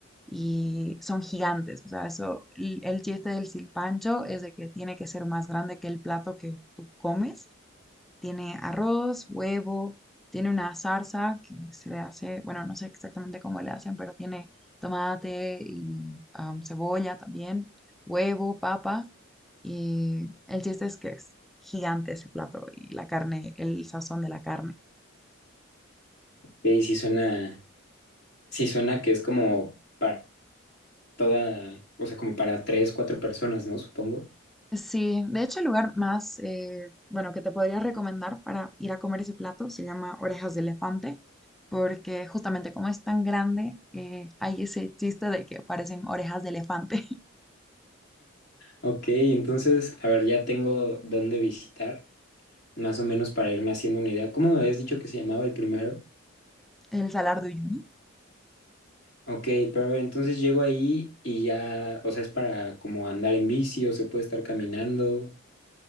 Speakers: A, in the centre; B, on the left (about 50°).
A: y son gigantes, o sea, eso, el el chiste del silpancho es de que tiene que ser más grande que el plato que tú comes tiene arroz, huevo, tiene una salsa que se le hace, bueno, no sé exactamente cómo le hacen, pero tiene tomate y am, cebolla también, huevo, papa. Y el chiste es que es gigante ese plato y la carne, el sazón de la carne.
B: Ok, sí suena, sí suena que es como para toda, o sea, como para tres, cuatro personas, ¿no? Supongo.
A: Sí, de hecho el lugar más, eh, bueno, que te podría recomendar para ir a comer ese plato se llama Orejas de Elefante, porque justamente como es tan grande, eh, hay ese chiste de que parecen orejas de elefante.
B: Ok, entonces, a ver, ya tengo dónde visitar, más o menos para irme haciendo una idea. ¿Cómo me habías dicho que se llamaba el primero?
A: el Salar de Uyuni.
B: Ok, pero a ver, entonces llego ahí y ya, o sea, es para como andar en bici o se puede estar caminando.